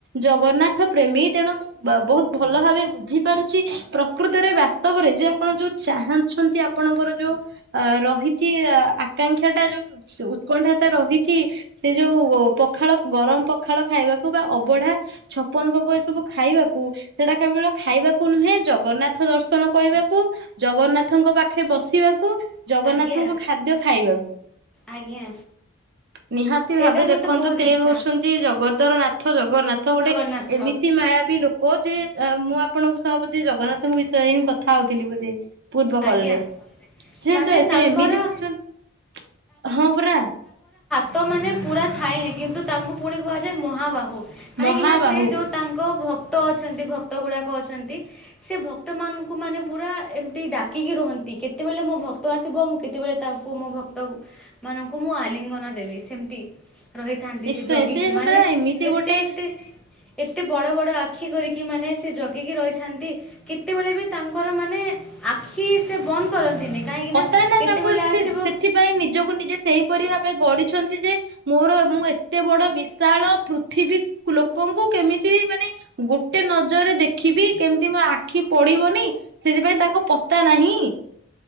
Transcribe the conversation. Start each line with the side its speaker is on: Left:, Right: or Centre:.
Right: ଜଗନ୍ନାଥ ପ୍ରେମୀ ତେଣୁ ମୁଁ ବହୁତ ଭଲ ଭାବେ ବୁଝିପାରୁଛି ପ୍ରକୃତରେ ବାସ୍ତବରେ ଯେ ଆପଣ ଯୋଉ ଚାହୁଁଛନ୍ତି ଆପଣଙ୍କର ଯୋଉ ଅ ରହିଛି ଆକାଂକ୍ଷା ଟା ଯୋଉ ଉତ୍କଣ୍ଠାଟା ରହିଛି। ସେ ଯୋଉ ପଖାଳ ଗରମ ପଖାଳ ଖାଇବାକୁ ବା ଅବଢା ଛପନ ଭୋଗ ଏ ସବୁ ଖାଇବାକୁ ସେଟା କେବଳ ଖାଇବାକୁ ନୁହେଁ ଜଗନ୍ନାଥ ଦର୍ଶନ କରିବାକୁ ଜଗନ୍ନାଥଙ୍କ ପାଖେ ବସିବାକୁ ଜଗନ୍ନାଥଙ୍କ
Centre: ଆଜ୍ଞା
Right: ଖାଦ୍ୟ ଖାଇବାକୁ
Centre: ଆଜ୍ଞା
Right: ନିହାତି
Centre: ସେଇଟା
Right: ଭାବେ ଦେଖନ୍ତୁ
Centre: ମୋତେ ବହୁତ
Right: ସେ
Centre: ଇଚ୍ଛା
Right: ହଉଛନ୍ତି ଜଗତର ନାଥ ଜଗନ୍ନାଥ ଗୋଟେ
Centre: ଜଗନ୍ନାଥ।
Right: ଏମିତି ମାୟାାବି ଲୋକ ଯେ ମୁଁ ଆପଣଙ୍କ ସହ ବୋଧେ ଜଗନ୍ନାଥଙ୍କ ବିଷୟରେ ହିଁ କଥା ହଉଥିଲି ବୋଧେ। ପୂର୍ବ କଲରେ
Centre: ଆଜ୍ଞା
Right: ସେ
Centre: ମାନେ
Right: ତ ସେ
Centre: ତାଙ୍କର
Right: ଏମିତି ହଉଛନ୍ତି ହଁ ପରା
Centre: ତ ମାନେ ପୁରା ଥାଏନି କିନ୍ତୁ ତାଙ୍କୁ ପୁଣି କୁହାଯାଏ ମହାବାହୁ। କାହିଁକି
Right: ମହାବାହୁ
Centre: ନା ସେ ଯୋଉ ତାଙ୍କ ଭକ୍ତ ଅଛନ୍ତି ଭତ ଭକ୍ତ ଗୁଡାକ ଅଛନ୍ତି ସେ ଭକ୍ତ ମଙ୍କୁ ମାନେ ପୁରା ଏମତି ଆାକିକି ରୁହନ୍ତି କେତେବେଳେ ମୋ ଭକ୍ତ ଆସିବ ମୁଁ କେତେବେଳେ ତାକୁ ମୋ ଭକ୍ତ ମାନଙ୍କୁ ମୁଁ ଆଲିଙ୍ଗନ ଦେବି ସେମିତି ରହିଥାନ୍ତି
Right: ନିଶ୍ଚୟ
Centre: ସେ ଜଗିକି ମାନେ
Right: ପରା ଏମିତି
Centre: ଏତେ
Right: ଗୋଟେ
Centre: ଏତେ ଏତେ ବଡ ବଡ ଆଖି କରିକି ମାନେ ସେ ଜଗିକି ରହିଥାନ୍ତି କେତେବେଳେ ବି ତାଙ୍କର ମାନେ କି ସେ ବନ୍ଦ କରନ୍ତିନି। କାହିଁକିନା
Right: ପତା ନା
Centre: କେତେବେଳେ
Right: ତାଙ୍କୁ
Centre: ଆସିବ
Right: ସେ ସେଥିପାଇଁ ନିଜକୁ ନିଜେ ସେହିପରି ଭାବେ ଗଡି। ଛନ୍ତି ଯେ ମୋର ମୁଁ ଏତେ ବଡ ବିଶାଳ ପୃଥିବୀ ଲୋକଙ୍କୁ କେମିତି ମାନେ ଗୋଟେ ନଜରରେ ଦେଖିବି କେମିତି ମୋ ଆଖି ପଡିବନି ସେଥିପାଇଁ ତାକୁ ପତା ନାହିଁ